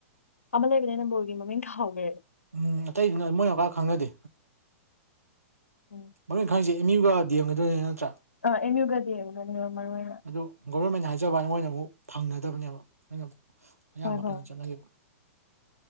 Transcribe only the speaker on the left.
ꯑꯃ ꯂꯩꯕꯅꯦ ꯅꯝꯕꯣꯜꯒꯤ ꯃꯃꯤꯡ ꯀꯥꯎꯈ꯭ꯔꯦꯕ
ꯎꯝ
ꯑ ꯑꯦꯝꯌꯨ ꯒꯥ ꯗꯤꯑꯦꯝ ꯃꯔꯨꯑꯣꯏꯅ
ꯍꯣꯏ ꯍꯣꯏ